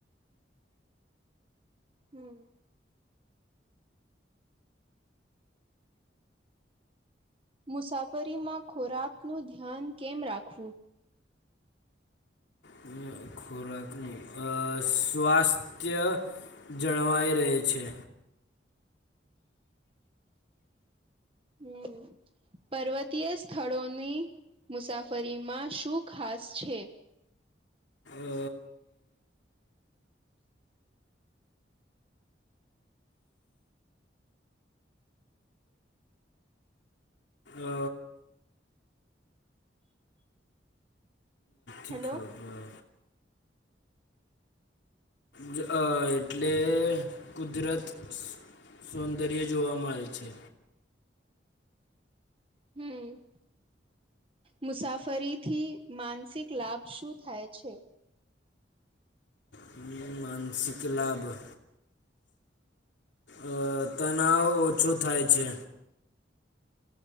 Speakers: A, on the right (about 30°); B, on the left (about 80°).
A: હમ. મુસાફરીમાં ખોરાકનું ધ્યાન કેમ રાખવુ.
B: હ ખોરાકનું અસ. સ્વાસ્થ્ય જળવાઈ રહે છે.
A: હમ. પર્વતીય સ્થળોની મુસાફરીમાં શું ખાસ છે.
B: અ અ નથી
A: હેલો
B: ખબર. જ અ એટલે કુદરત સૌંદર્ય જોવા મળે છે.
A: હમ. મુસાફરી થી માનસિક લાભ શું થાય છે.
B: હમ, માનસિક લાભ અ તનાવ ઓછો થાય છે.